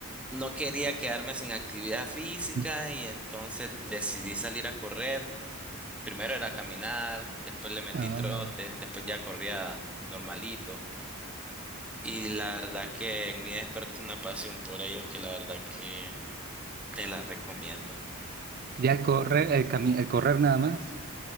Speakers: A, in the centre; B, on the right.
A: no quería quedarme sin actividad física
B: ujú.
A: y entonces decidí salir a correr. Primero era caminar, después le metí
B: Ah,
A: trote, después ya corría normalito. Y la verdad que en mí despertó una pasión por ello que la verdad que Te la recomiendo.
B: ya el correr, el cami- el correr nada más.